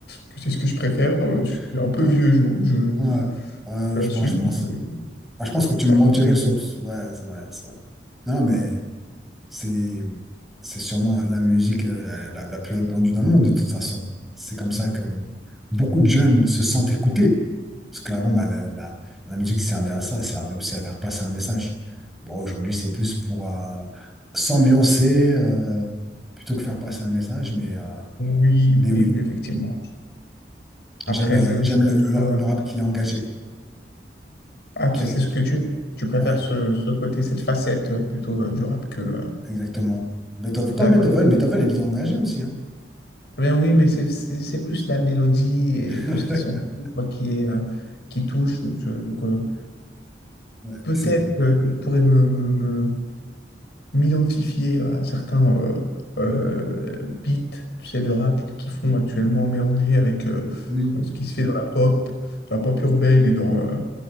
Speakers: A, on the left (about 65°); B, in the centre.
A: que c'est ce que je préfère. Euh, Je suis
B: <laughs>
A: un peu
B: Ah,
A: vieux jeu, je,
B: ouais, ouais,
A: je l'assume.
B: je pense, je pense.
A: Je, je
B: Ah, je pense que tu
A: suis
B: me mentirais
A: un peu vieux jeu.
B: sur tout. Ouais, c'est vrai, c'est vrai. Non, mais. C'est, c'est sûrement la musique euh, la, la- la plus répandue dans le monde, de toute façon. C'est comme ça que beaucoup de jeunes se sentent écoutés. Parce qu'avant, bah, la, la, la musique servait à ça, servait aussi à faire passer un message. Bon, aujourd'hui, c'est plus pour euh, s'ambiancer euh, plutôt que faire passer un message. Mais, euh,
A: Oui,
B: mais
A: oui,
B: oui,
A: oui, effectivement. Après,
B: j'aime euh,
A: je,
B: j'aime
A: je pense
B: le, le-
A: que... euh,
B: le rap qui est engagé, quoi.
A: Ah,
B: Qui
A: tu
B: est-
A: sais ce que tu... Tu préfères
B: Ouais,
A: ce, ce côté, cette facette euh, plutôt euh, du rap que... euh,
B: exactement. Beethoven, comme
A: D'accord,
B: Beethoven,
A: très bien.
B: Beethoven, il est engagé aussi, hein.
A: Très bien, oui, mais c'est c'est- c'est plus la mélodie et
B: <laughs>
A: tout ce qui s'en fout, quoi, qui est, euh, qui touche. Je- donc, euh,
B: Ouais,
A: peut-être
B: c'est vrai.
A: euh, que je pourrais me, me- me- m'identifier à certains euh, euh, beats, tu sais, de rap qui font actuellement mélanger avec euh,
B: Oui.
A: ce qui se fait dans la pop, dans la pop urbaine et dans, euh,